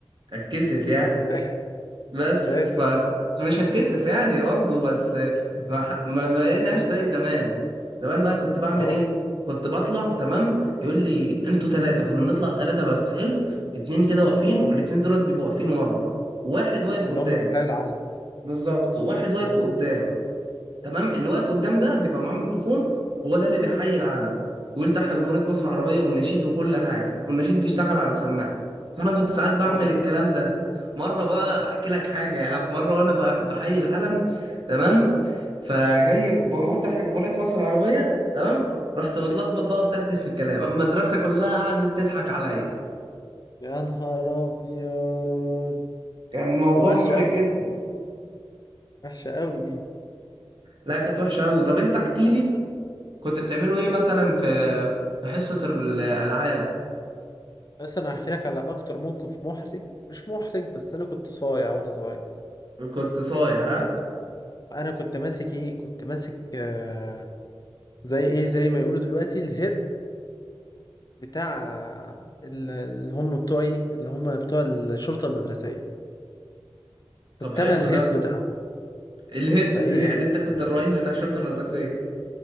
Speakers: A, on the right; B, on the left.
A: اتكسف
B: يا
A: يعني
B: سلام <laughs> يا
A: بس
B: ساتر
A: فمش هتكسف يعني برضه بس ما ح- ما ما بقيناش زي زمان زمان بقى كنت بعمل
B: اه
A: ايه كنت بطلع تمام يقول لي انتوا ثلاثة كنا بنطلع ثلاثة بس حلو اتنين كده واقفين
B: اه
A: والاتنين دولت بيبقوا واقفين ورا واحد واقف
B: اللي
A: قدام
B: هم بيحيوا العلم
A: بالظبط واحد واقف
B: اه
A: قدام تمام اللي واقف قدام ده بيبقى معاه ميكروفون هو ده اللي بيحيي العلم ويلتحي جمهورية مصر العربية والنشيد وكل حاجة والنشيد بيشتغل على السماعة فأنا كنت ساعات بعمل
B: اه
A: الكلام ده مرة بقى أحكي لك حاجة يا عم مرة وأنا ب- بحيي العلم تمام فجاي بقول تحيا جمهورية مصر العربية تمام رحت متلخبط بقى وتحت في الكلام المدرسة كلها قعدت تضحك عليا
B: يا نهار ابيض
A: كان الموضوع
B: ده وحشه
A: محرج
B: قوي
A: جدا
B: وحشه قوي دي
A: لا كانت وحشة أوي طب أنت احكي لي كنت بتعملوا إيه مثلا في في حصة الألعاب
B: بس انا هحكي لك على اكتر موقف محرج مش محرج بس انا كنت صايع وانا صغير
A: كنت صايع ها
B: تعرف انا كنت ماسك ايه كنت ماسك آه زي ايه زي ما يقولوا دلوقتي الهيد بتاع ال- اللي هم بتوعي اللي هم بتوع الشرطه المدرسيه
A: طب
B: كنت
A: حلو
B: انا الهيد
A: ده
B: بتاعهم
A: الهيد
B: فايه
A: يعني انت كنت الرئيس بتاع الشرطه المدرسيه